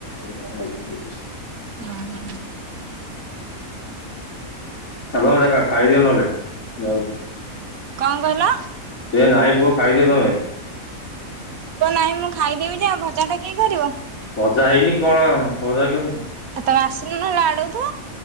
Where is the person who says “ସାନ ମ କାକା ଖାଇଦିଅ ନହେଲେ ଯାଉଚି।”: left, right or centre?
Left